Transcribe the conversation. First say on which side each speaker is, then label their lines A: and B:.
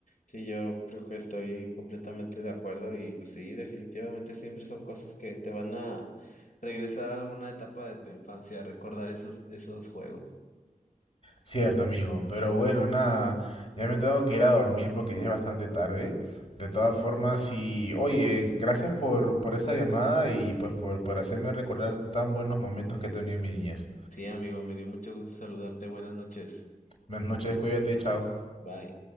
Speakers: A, on the left; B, on the left.
A: Sí, yo creo que estoy completamente de acuerdo y pues sí, definitivamente siempre son cosas que te van a regresar a alguna etapa de tu infancia, recordar esos, esos juegos.
B: Cierto, amigo. Pero bueno, nada. Ya me tengo que ir a dormir porque ya es bastante tarde. De todas formas, y oye, gracias por, por esa llamada y pues por, por hacerme recordar tan buenos momentos que he tenido en mi niñez.
A: Sí, amigo, me dio mucho gusto saludarte. Buenas noches.
B: Buenas noches, cuídate, chao.
A: Bye.